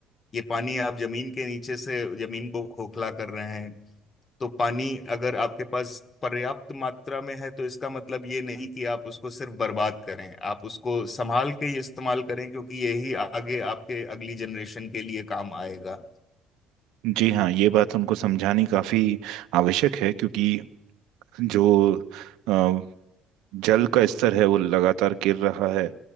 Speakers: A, on the left; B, on the right.
A: ये पानी आप जमीन के नीचे से जमीन को खोखला कर रहे हैं तो पानी अगर आपके पास पर्याप्त मात्रा में है तो इसका मतलब ये नहीं कि आप उसको सिर्फ बर्बाद करें आप उसको संभाल के ही इस्तेमाल करें क्योंकि यही आगे आपके अगली जनरेशन के लिए काम आएगा
B: जी हाँ ये बात उनको समझानी काफी आवश्यक है क्योंकि जो जल का स्तर है वो लगातार गिर रहा है